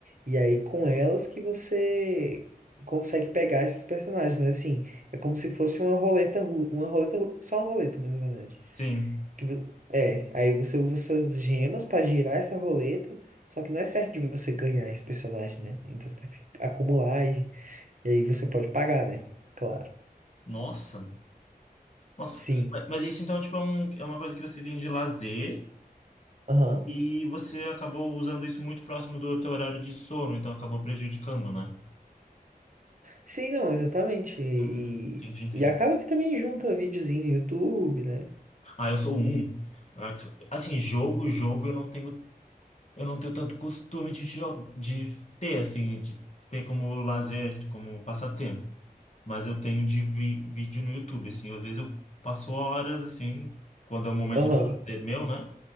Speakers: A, on the right; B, on the left.
A: e aí com elas que você consegue pegar esses personagens, mas assim, é como se fosse uma roleta, ru- uma roleta, ru- só uma roleta, mas na verdade.
B: sim.
A: Que vo- é, aí você usa essas gemas pra girar essa roleta só que não é certo de você ganhar esse personagem, né? Então você tem que acumular e, e aí você pode pagar, né? Claro.
B: Nossa. Nossa.
A: Sim.
B: Mas, mas isso então, tipo, é, um, é uma coisa que você tem de lazer
A: Aham.
B: e você acabou usando isso muito próximo do teu horário de sono, então acabou prejudicando, né?
A: Sim, não, exatamente. E,
B: Hum, entendi, entendi.
A: e acaba que também junta videozinho no YouTube, né?
B: Ah, eu sou um. Ah, tipo, Assim, jogo, jogo, eu não tenho, eu não tenho tanto costume de, jo- de ter, assim, de ter como lazer, como passatempo. Mas eu tenho de vi vídeo no YouTube, assim, às vezes eu passo horas, assim, quando é o momento
A: Aham.
B: de lazer meu, né?